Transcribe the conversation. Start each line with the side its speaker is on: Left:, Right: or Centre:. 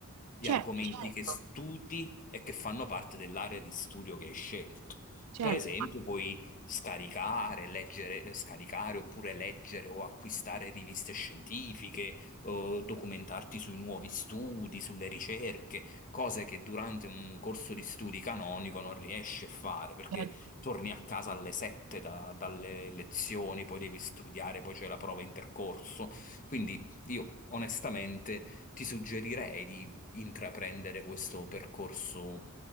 Left: gli
Right: certo,
Left: argomenti
Right: certo,
Left: che studi e che fanno parte dell'area di studio che hai scelto.
Right: certo,
Left: Per esempio, puoi scaricare, leggere, eh, scaricare oppure leggere o acquistare riviste scientifiche, o documentarti sui nuovi studi, sulle ricerche, cose che durante un corso di studi canonico non riesci a fare perché
Right: certo.
Left: torni a casa alle 7 da- dalle lezioni, poi devi studiare, poi c'è la prova intercorso. Quindi io onestamente ti suggerirei di intraprendere questo percorso